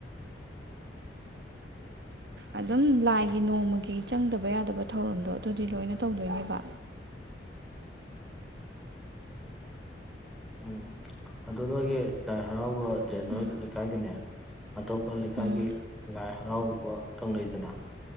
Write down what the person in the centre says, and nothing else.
ꯎꯝ ꯑꯗꯨ ꯅꯣꯏꯒꯤ ꯂꯥꯏ ꯍꯔꯥꯎꯕ ꯖꯅ
ꯀꯥꯏ ꯀꯅꯤ ꯑꯇꯣꯞꯄ ꯂꯩꯀꯥꯏꯒꯤ
ꯂꯥꯏ ꯍꯔꯥꯎ ꯐ ꯀꯧꯅꯩꯗꯅ